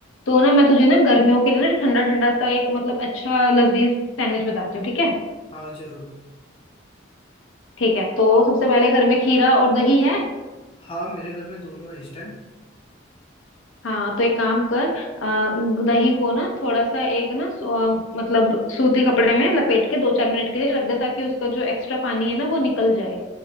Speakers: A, on the left (about 80°); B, on the left (about 25°).
A: तो ना मैं तुझे ना गर्मियों के लिए ना ठंडा ठंडा सा एक मतलब अच्छा लजीज सैंडविच बताती हूँ ठीक है
B: हाँ जरूर
A: ठीक है तो सबसे पहले घर में खीरा और दही है
B: हाँ मेरे घर में दोनों है इस टाइम
A: हाँ तो एक काम कर आ, दही को ना थोड़ा सा एक ना सो- अ, मतलब सूती कपड़े में लपेट के दो चार मिनट के लिए रख दे ताकि उसका जो एक्स्ट्रा पानी है ना वो निकल जाए